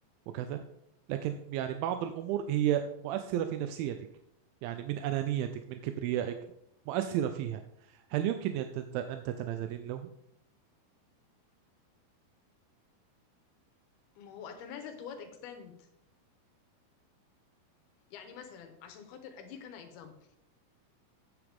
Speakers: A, on the right (about 80°); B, on the left (about 80°).
A: وكذا لكن يعني بعض الأمور هي مؤثرة في نفسيتك يعني من أنانيتك من كبريائك مؤثرة فيها هل يمكن أن تت- أن تتنازلين له؟
B: ما هو اتنازل تو وات اكستنت يعني مثلا عشان خاطر اديك انا اكزامبل